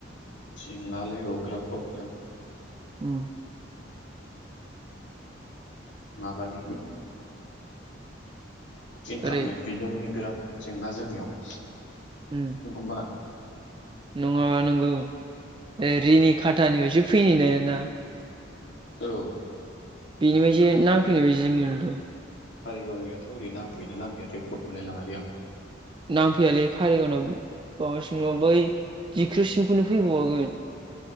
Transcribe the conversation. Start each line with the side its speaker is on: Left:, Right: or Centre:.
Left: जेंनालै अग्रा प्रब्लेम
Right: उम
Left: माबानि इन्टारनेट
Right: ओरै
Left: बिजोंनि बिराद जेंना जोंनियाव <inaudible>
Right: ओम
Left: होमबा
Right: नङाबा नंगौ ए रिनि खाथानिफ्रायसो फैनाय ना नोंना
Left: औ
Right: बेनिफ्राइसो नांफैनाय बायदि मोनो। औ
Left: कारिगावनियाथ' ओरै नांफैयोना नांफैया गट मोनलायलाङालै आं
Right: नांफैयालै कारिगावाव माबासिम नङा बै जिख्रुसिमखौनो फैबावगोन।